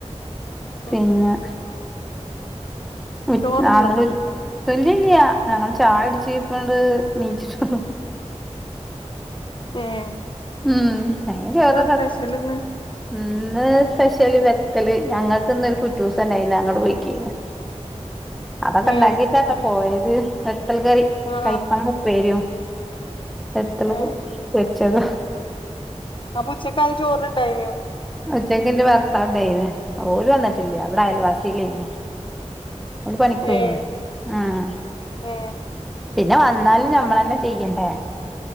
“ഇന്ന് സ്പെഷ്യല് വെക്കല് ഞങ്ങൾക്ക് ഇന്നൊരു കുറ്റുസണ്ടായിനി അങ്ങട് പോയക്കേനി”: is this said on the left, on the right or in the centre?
Centre